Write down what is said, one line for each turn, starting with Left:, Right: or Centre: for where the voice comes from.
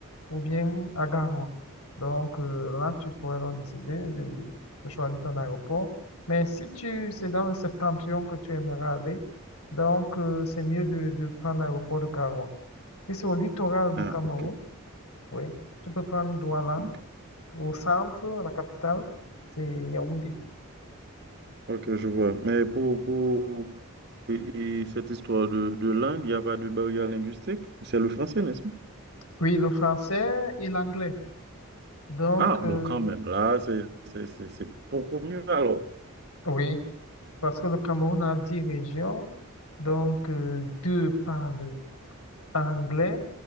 Left: ou bien à Garoua. Donc euh, là, tu pourrais donc décider de, de choisir ton aéroport. Mais si tu c'est dans le septentrion que tu aimerais aller, donc euh, c'est mieux de, de prendre l'aéroport de Garoua. Si c'est au littoral du
Right: Ah,
Left: Cameroun,
Right: ok.
Left: oui, tu peux prendre Douala.
Right: Ok,
Left: Au centre, la capitale, c'est Yaoundé.
Right: Ok, je vois. Mais pour, pour et, et cette histoire de, de langue, il n'y a pas de barrière linguistique. C'est le français, n'est-ce pas?
Left: Oui, le français et l'anglais. Donc,
Right: Ah,
Left: euh,
Right: bon, quand même, là, c'est c'est- c'est- c'est beaucoup mieux alors.
Left: oui, parce que le Cameroun a dix régions, donc euh, deux parlent anglais